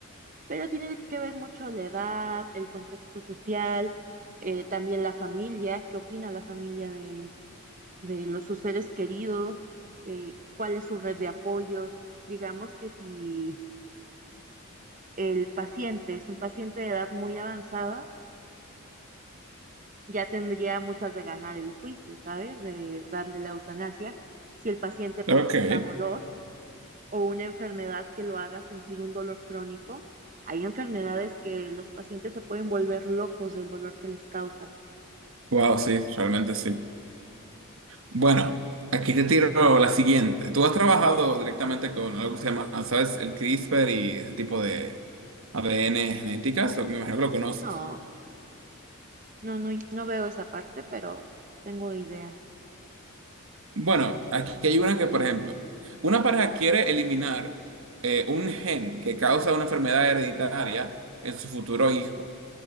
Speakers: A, on the right; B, on the right.
A: pero tiene que ver mucho la edad, el contexto social, eh, también la familia, qué opina la familia de, de los sus seres queridos, eh, cuál es su red de apoyo. Digamos que si el paciente es un paciente de edad muy avanzada, ya tendría muchas de ganar el juicio, ¿sabes? De darle la eutanasia. Si el paciente presenta
B: Ok.
A: dolor, o una enfermedad que lo haga sentir un dolor crónico. Hay enfermedades que los pacientes se pueden volver locos del dolor que les causa.
B: Wow, sí, realmente sí. Bueno, aquí te tiro la siguiente. Tú has trabajado directamente con algo que se llama, ¿sabes? El CRISPR y ese tipo de ADN genéticas, o me imagino que lo conoces.
A: No, no, no, no veo esa parte, pero tengo idea.
B: Bueno, aquí hay una que, por ejemplo, una pareja quiere eliminar eh, un gen que causa una enfermedad hereditaria en su futuro hijo.